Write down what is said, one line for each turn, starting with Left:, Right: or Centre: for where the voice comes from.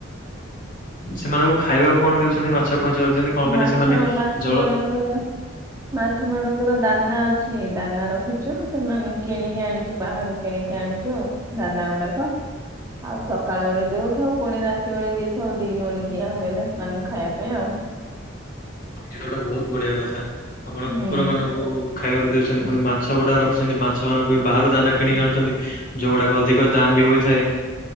Left: ସେମାନଙ୍କୁ ଖାଇବାକୁ କଣ ଦଉଛନ୍ତି ମାଛ କଇଁଛ ରଖିଛନ୍ତି। କଣ ପାଇଁ
Right: ମାଛ
Left: ନା ସେମାନେ
Right: ମାଛ
Left: ଜଳ
Right: ମାନଙ୍କର ମାଛ ମାନଙ୍କର ଦାନା ଅଛି ଦାନା ରଖିଚୁ ସେମାନୁଙ୍କୁ କିଣିକି ଆଣିଚୁ ବାହାରୁ। କିଣିକି ଆଣିଚୁ ଆଉ ଦାନା ଗୁଡାକ। ଆଉ ସକାଳ ବେଳେ ଦଉଥାଉ ପୁଣି ରାତି ଓଳି ଦେଇଥାଉ ଦି ଓଳି ଦିଆ ହୁଏ ସେମାନଙ୍କୁ ଖାଇବା ପାଇଁ ଆଉ।
Left: ଇଏତ ଗୋଟେ ବହୁତ୍ ବଢିଆ କଥା ଆପଣ
Right: ହୁଁ
Left: କୁକୁର ମାନଙ୍କୁ ଖାଇବାକୁ ଦେଉଚନ୍ତି ପୁଣି ମାଛ ଗୁଡା ରଖିଚନ୍ତି ମାଛ ମାନଙ୍କୁ ବି ବାହାରୁ ଦାନା କିଣିକି ଆଣୁଚନ୍ତି ଯଉଗୁଡାକ ଅଧିକ ଦାମ୍ ବି ହୋଇଥାଏ।